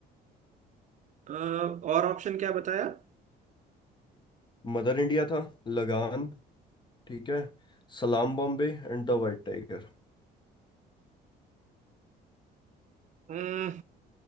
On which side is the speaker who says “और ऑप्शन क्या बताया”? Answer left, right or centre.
Right